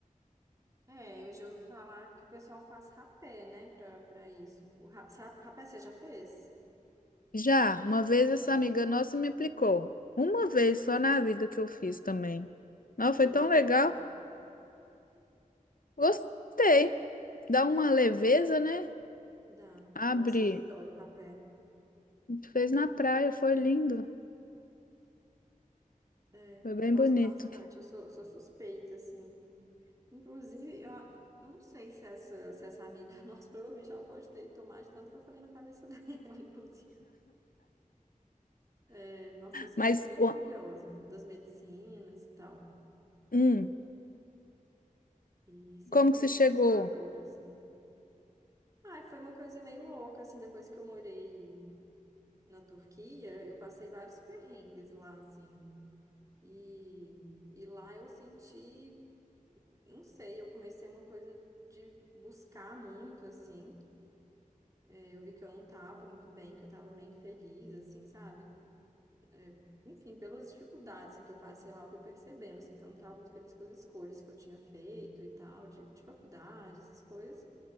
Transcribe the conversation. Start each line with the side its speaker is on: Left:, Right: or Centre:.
Right: É, eu já ouvi falar que o pessoal faz rapé, né, pra, pra isso. O ra- sa- rapé você já fez?
Left: Já, uma vez essa amiga nossa me aplicou. Uma vez só na vida que eu fiz também. Não,
Right: Você
Left: foi
Right: gostou
Left: tão legal.
Right: ou não?
Left: Gostei. Dá uma leveza, né?
Right: Dá.
Left: Abre.
Right: Nossa, eu adoro rapé.
Left: A gente fez na praia, foi lindo.
Right: É,
Left: Foi
Right: eu
Left: bem
Right: gosto
Left: bonito.
Right: bastante. Eu sou, sou suspeita, assim. Inclusive, eu, eu não sei se essa, se essa amiga, <laughs> nossa, provavelmente ela pode ter ido tomar de tanto que eu falei na cabeça dela, <laughs> inclusive. É, nossa, eu sempre
Left: Mas,
Right: fui muito
Left: ó,
Right: curiosa das medicinas e tal.
Left: hum,
Right: E sempre
Left: como
Right: fui
Left: que
Right: meio
Left: você chegou?
Right: que buscadora, assim. Ah, foi uma coisa meio louca, assim, depois que eu morei na Turquia, eu passei vários perrengues lá, assim. E, e lá eu senti, não sei, eu comecei uma coisa de buscar muito, assim. É, Eu vi que eu não tava muito bem, que eu tava meio infeliz, assim, sabe? É, enfim, pelas dificuldades, assim, que eu passei lá, eu fui percebendo, assim, que eu não tava muito feliz com as escolhas que eu tinha feito e tal, de, de faculdade, essas coisas.